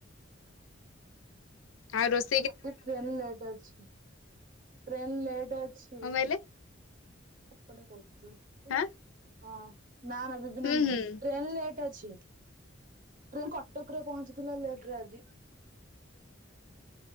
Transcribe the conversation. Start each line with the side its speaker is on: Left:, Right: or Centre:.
Left: ଆଉ ରୋସ୍
Right: ଆଜି ଟ୍ରେନ୍ ଲେଟ୍ ଅଛି ଟ୍ରେନ୍ ଲେଟ୍ ଅଛି।
Left: କଣ
Right: ଏପଟେ
Left: କହିଲେ
Right: କହୁଥିଲି
Left: ହାଁ
Right: ହଁ ନା ନା ବିବିନା
Left: ହୁଁ
Right: ନୁହେଁ।
Left: ହୁଁ
Right: ଟ୍ରେନ୍ ଲେଟ୍ ଅଛି ଟ୍ରେନ୍ କଟକରେ ପହଞ୍ଚିଥିଲା ଲେଟ୍‌ରେ ଆଜି।